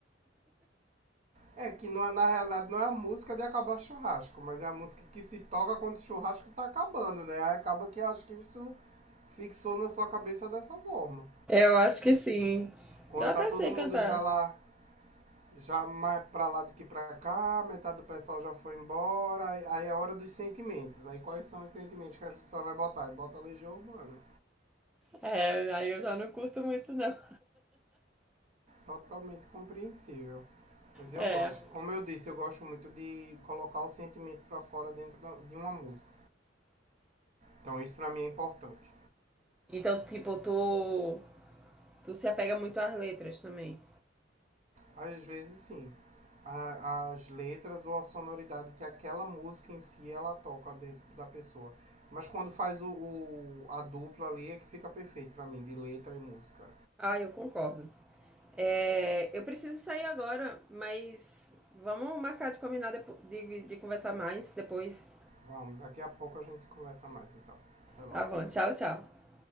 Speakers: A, on the right; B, in the centre.
A: É, que não é, na realidade não é a música de acabar churrasco, mas é a música que se toca quando o churrasco tá acabando, né? Aí acaba que eu acho que isso fixou na sua cabeça dessa forma.
B: Eu acho que sim.
A: Quando
B: Eu até
A: tá todo
B: sei
A: mundo
B: cantar.
A: já lá já mais pra lá do que pra cá, metade do pessoal já foi embora, aí- é hora dos sentimentos. Aí quais são os sentimentos que a pessoa vai botar? Bota Legião Urbana.
B: É, aí eu já não curto muito, não.
A: Totalmente compreensível. Mas eu
B: É.
A: gosto. Como eu disse, eu gosto muito de colocar o sentimento pra fora dentro de uma música. Então isso pra mim é importante.
B: Então, tipo, tu, tu se apega muito às letras também.
A: Às vezes sim. A- as letras ou a sonoridade que aquela música em si ela toca dentro da pessoa. Mas quando faz o, o- a dupla ali é que fica perfeito pra mim, de letra e música.
B: Ah, eu concordo. É, eu preciso sair agora, mas vamos marcar de combinar depo- de, de conversar mais depois.
A: Vamos, daqui a pouco a gente conversa mais então. Até logo.
B: Tá bom, tchau, tchau.